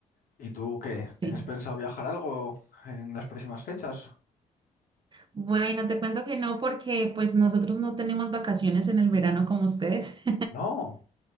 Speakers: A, on the left (about 70°); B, on the right (about 30°).
A: ¿Y tú qué? ¿Tienes
B: Sí.
A: pensado viajar algo en las próximas fechas?
B: Bueno, te cuento que no, porque pues nosotros no tenemos vacaciones en el verano como ustedes. <laughs>
A: No.